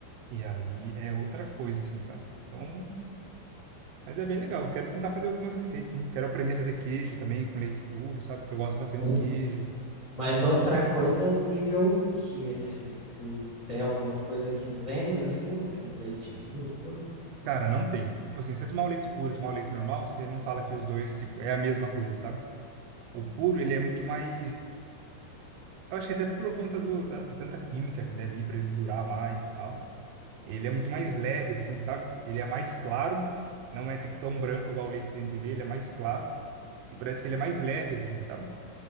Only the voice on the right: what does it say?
E aí é outra coisa, assim, sabe? Então, mas é bem legal. Eu quero tentar fazer algumas receitas, sim. Quero aprender a fazer queijo também com leite puro, sabe? Porque eu gosto bastante
de queijo.
Cara, não tem. Tipo assim, se você tomar o leite puro e tomar o leite normal, você não fala que os dois, tipo, é a mesma coisa, sabe? O puro, ele é muito mais. Eu acho que até por conta do, da- de tanta química que deve ir para ele durar mais e tal. Ele é muito mais leve, assim, sabe? Ele é mais claro, não é tipo tão branco igual o leite que a gente vê, ele é mais claro e parece que ele é mais leve, assim, sabe?